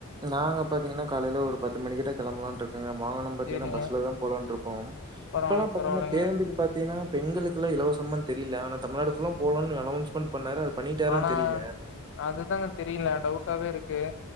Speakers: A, on the right (about 20°); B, on the left (about 55°).
A: நாங்க பாத்தீங்கன்னா காலைல ஒரு பத்து மணிகிட்ட கிளம்பலான் இருக்கோ வாகனம் பாத்தீங்கன்னா
B: சரிங்க.
A: பஸ்லதா போலான் இருக்கோம்
B: பரவாயில்லைங்க
A: இப்பல்லாம் பாத்தீங்கன்னா
B: பரவாயில்லைங்க.
A: பேருந்துக்கு பாத்தீங்கன்னா பெண்களுக்கு இலவசமா தெரியல ஆனா தமிழ்நாடு ஃபுல்லா போலாம்னு அனோ மன்ட் பண்ணாரு பண்ணிட்டாரான்னு
B: ஆனா
A: தெரியல.
B: அதுதாங்க தெரில டவுட்டாவே இருக்கு